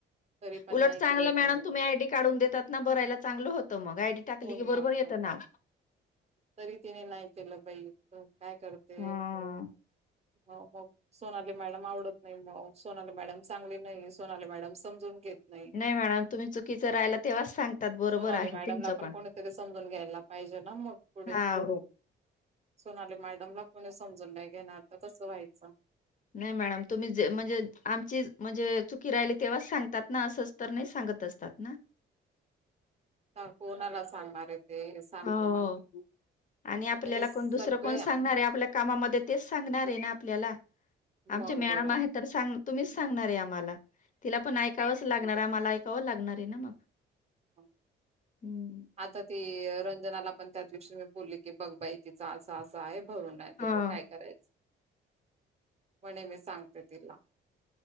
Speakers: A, on the right; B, on the left.
A: तरी पण
B: उलट
A: नाही
B: चांगलं
A: केलं तिने
B: मॅड तुम्ही आयडी काढून देतात ना भरायला चांगलं होतं मग आयडी टाकली
A: होऊन
B: की
A: जातं.
B: बरोबर येत.. ना..
A: तरी तिने नाही केलं बाई काय करते..
B: हा.
A: म मग सोनाली मॅडम आवडत नाही मग सोनाली मॅडम चांगली नाही सोनाली मॅडम समजून घेत..
B: नाही मॅडम तुम्ही चुकीचं राहिला तेव्हाच सांगतात बरोबर
A: सोनाले
B: आहे
A: मॅडमला
B: तुमचं
A: पण कोणीतरी समजून घ्यायला पाहिजे.. <unintelligible>
B: हा.. हो..
A: सोनाली मॅडमला कोणी समजून नाही घेणार तर कसं व्हायचं...
B: नाही मॅडम तुम्ही ज म्हणजे आमची.. फिरायला लागले तेव्हा सांगतात ना असेच तर नाही सांगत ना....
A: ह कोणाला सांगणार आहे.. ते सांग
B: हो
A: तुम्हाला
B: आणि आपल्याला
A: म्हणजे सगळे
B: कोण दुसरं कोण सांगणार आहे आपल्या कामामध्ये... तेच सांगणार आहे ना आपल्याला
A: मग
B: आमचे मॅडम
A: बरं.
B: आहे तर सांग तुम्हीच सांगणार आहे आम्हाला.. तिला पण ऐकावंच लागणार आम्हाला ऐकावंच लागणार आहे ना मग...
A: <unintelligible>
B: हं.
A: आता ती रंजनाला पण त्या दिवशी मी बोलली की बघ बाई तिचं असा असा आहे. भरून ना दिले
B: हां.
A: काय करायचं.. म्हणे मी सांगते तिला...